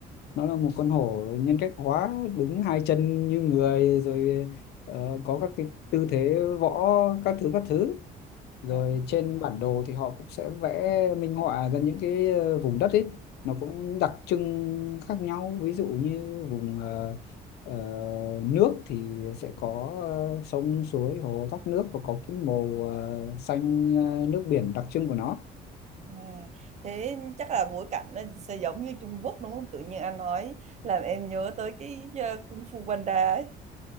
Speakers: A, on the left (about 75°); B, on the right (about 40°).
A: nó là một con hổ nhân cách hóa đứng hai chân như người rồi ờ, có các cái tư thế võ các thứ các thứ rồi
B: à,
A: trên bản đồ thì họ cũng sẽ vẽ minh họa ra những cái ờ, vùng đất ấy nó cũng đặc trưng khác nhau ví dụ như vùng ờ, ờ, nước thì sẽ có ờ, sông suối hồ thác nước và có cái màu ờ, xanh ờ, nước biển đặc trưng của nó
B: à, thế chắc là bối cảnh nó sẽ giống như Trung Quốc đúng không tự nhiên anh nói làm em nhớ tới cái ờ, Kung Fu Panda ấy